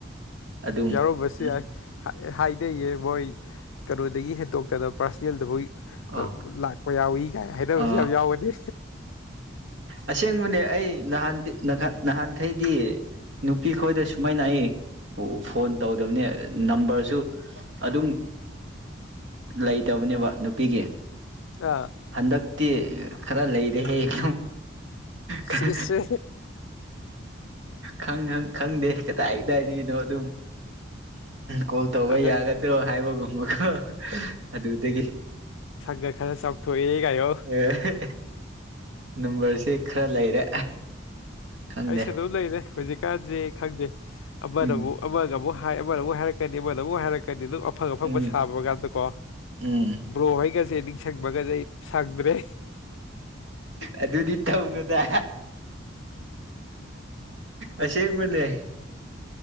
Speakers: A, on the right; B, on the left.
A: ꯑꯗꯨꯝ
B: ꯌꯥꯎꯔꯝꯕꯁꯨ
A: ꯎ
B: ꯌꯥꯏ ꯍꯥꯏꯅꯩꯌꯦ ꯃꯣꯏ ꯀꯩꯅꯣꯗꯒꯤ ꯍꯦꯟꯇꯣꯛꯇꯅ ꯄꯥꯔꯁꯅꯦꯜꯗꯐꯥꯎ
A: ꯑ
B: ꯂꯥꯛ ꯀꯣꯏ ꯌꯥꯎꯋꯏ ꯀꯥꯏ ꯍꯥꯏꯗꯕꯁꯨ
A: ꯑ
B: ꯌꯥꯝ ꯌꯥꯎꯋꯅꯤ꯫
A: ꯑꯁꯦꯡꯕꯅꯦ ꯑꯩ ꯅꯍꯥꯟ ꯅꯍꯥꯟꯈꯩꯗꯤ ꯅꯨꯄꯤ ꯈꯣꯏꯗ ꯁꯨꯃꯥꯏꯅ ꯑꯩ ꯐꯣꯟ ꯇꯧꯗꯕꯅꯤ ꯅꯝꯕꯔꯁꯨ ꯑꯗꯨꯝ ꯂꯩꯇꯕꯅꯦꯕ ꯅꯨꯄꯤꯒꯤ
B: ꯑꯥ
A: ꯍꯟꯗꯛꯇꯤ ꯈꯔ ꯂꯩꯔꯦꯍꯦ <unintelligible> ꯈꯪ
B: ꯁꯤꯁ
A: ꯈꯪ ꯈꯪꯗꯦ ꯀꯗꯥꯏ ꯀꯗꯥꯏꯗꯒꯤꯒꯤꯅꯣ ꯑꯗꯨꯝ ꯀꯣꯜ ꯇꯧꯕ
B: ꯍꯟꯗꯛ
A: ꯌꯥꯒꯗ꯭ꯔꯣ ꯍꯥꯏꯕꯒꯨꯝꯕꯀꯣ ꯑꯗꯨꯗꯒꯤ
B: ꯁꯪꯗ ꯈꯔ ꯆꯥꯎꯊꯣꯛꯑꯏ ꯀꯥꯏꯌꯣ
A: ꯑꯦ ꯅꯝꯕꯔꯁꯦ ꯈꯔ ꯂꯩꯔꯦ꯫ ꯈꯪꯗꯦ
B: ꯑꯩꯁꯨ ꯑꯗꯨꯝ ꯂꯩꯔꯦ ꯍꯧꯖꯤꯛꯀꯥꯟꯗꯤ ꯈꯪꯗꯦ ꯑꯃꯅꯕꯨꯨꯛ
A: ꯎꯝ
B: ꯑꯃꯒ ꯑꯃꯨꯛ ꯍꯥꯏ ꯑꯃꯅ ꯑꯃꯨꯛ ꯍꯥꯏꯔꯛ ꯀ ꯑꯃꯣꯏꯗ ꯑꯃꯨꯛ ꯍꯥꯏꯔꯛꯀꯅꯤ ꯑꯗꯨꯝ ꯑꯐꯪ ꯑꯐꯪꯕ
A: ꯎꯝ
B: ꯁꯥꯕ ꯀꯥꯟꯗ ꯀꯣ
A: ꯎꯝ
B: ꯕ꯭ꯔꯣꯍꯩꯒꯁꯦ ꯅꯤꯡꯁꯤꯡꯪꯕꯒꯁꯦ ꯑꯩ ꯁꯪꯗ꯭ꯔꯦ꯫
A: ꯑꯗꯨꯗꯤ ꯇꯧꯅꯨꯗ ꯑꯁꯤ ꯃꯅꯦ꯫